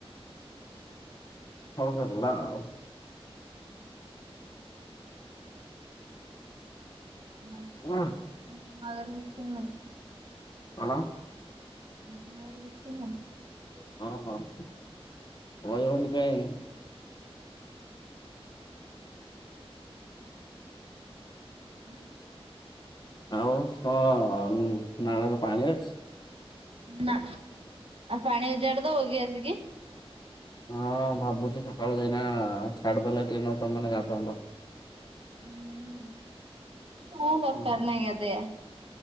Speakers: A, on the left (about 45°); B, on the right (about 65°).
A: ହ ହେଲା ଆଉ।
B: ଆମ
A: <unintelligible>
B: <unintelligible>
A: କଣ
B: ଆମର <unintelligible>
A: ହଁ ହଁ କହିହବନି କାଇଁ।
B: ଆଁ।
A: ଆଉ କଣ ନାଳରେ ପାଣି ଅଛି?
B: ନା ପାଣି ଉ ଜଡ ତ ହଗ ସେ କି?
A: ହଁ ଭାବୁଛି ସକାଳୁ ଯାଇନା ଛାଡିଦେଲେ ଟିକେ ତ ମାନେ ଗାଧାନ୍ତ।
B: ହଁ ହଁ ମୋର ଦରକାର୍
A: ହଁ
B: ନାହିଁ ଗାଧେଇବା।